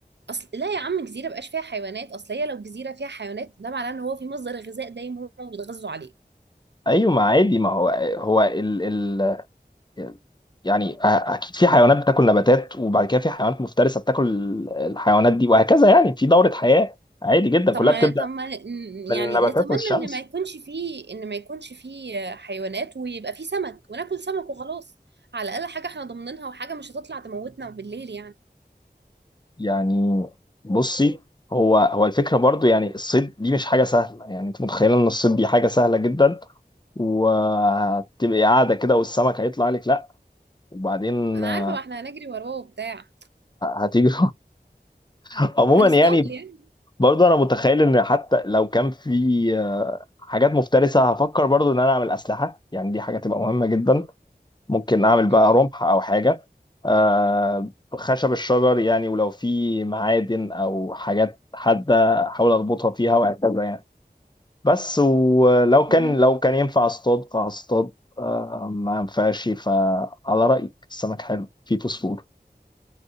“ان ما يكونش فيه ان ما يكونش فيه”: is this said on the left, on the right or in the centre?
Right